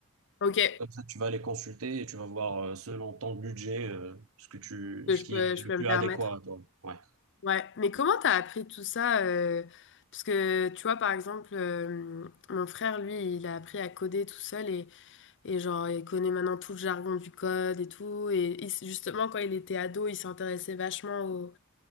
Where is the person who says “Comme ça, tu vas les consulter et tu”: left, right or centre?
Right